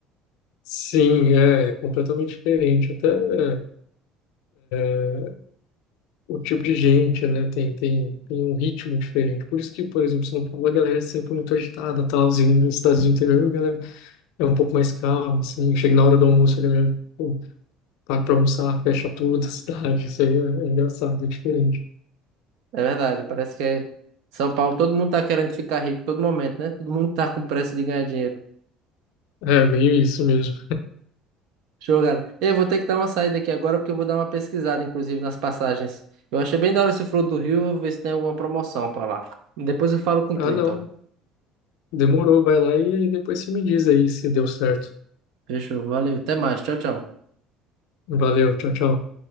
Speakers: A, on the left; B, on the right.
A: Sim, é, é completamente diferente. Até é, é, o tipo de gente, né? Tem, tem, tem um ritmo diferente. Por isso que, por exemplo, São Paulo, a galera é sempre muito agitada, tal, e nas cidades do interior, a galera é um pouco mais calmo, assim. Chega na hora do almoço, a galera, pô, para pra almoçar, fecha tudo <laughs> a cidade. Isso aí é, é engraçado, é diferente.
B: É verdade. Parece que é São Paulo, todo mundo tá querendo ficar rico todo momento, né? Todo mundo tá com pressa de ganhar dinheiro.
A: É, meio isso mesmo.
B: Show, cara. Eu vou ter que dar uma saída aqui agora porque eu vou dar uma pesquisada, inclusive, nas passagens. Eu achei bem da hora esse Flor do Rio, vou ver se tem alguma promoção pra lá. Depois eu falo com
A: Ah,
B: tu, então.
A: não. Demorou, vai lá e depois você me diz aí se deu certo.
B: Fechou, valeu. Até mais. Tchau, tchau.
A: Valeu, tchau, tchau.